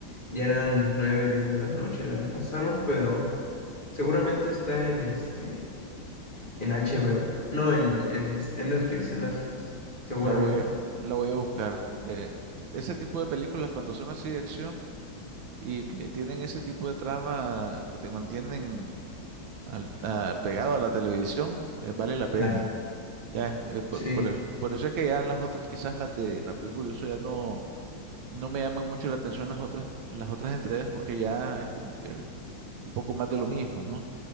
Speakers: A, on the left (about 25°); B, on the right (about 75°).
A: ya eran 9 10 de la noche y las pasaron, pero Seguramente está en este, en HBO. No, en, en, este, en Netflix, en Netflix. Seguramente.
B: La voy a, la voy a buscar porque ese tipo de películas cuando son así de acción y que tienen ese tipo de trama que te mantienen al- a- pegado a la televisión, eh, vale la pena.
A: Claro.
B: Ya, eh, por,
A: Sí,
B: por, el- por eso es que ya las otras, quizás las de Rápido y Furioso ya no, no me llaman mucho la atención las otras, las otras entregas porque ya es como que un poco más de lo mismo, ¿no?